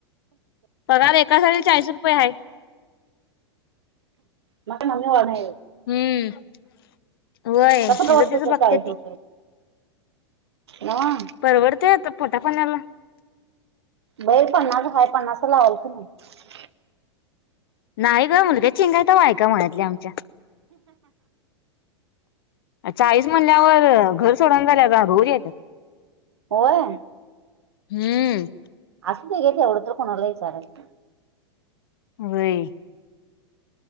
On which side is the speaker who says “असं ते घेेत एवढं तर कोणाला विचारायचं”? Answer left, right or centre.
Right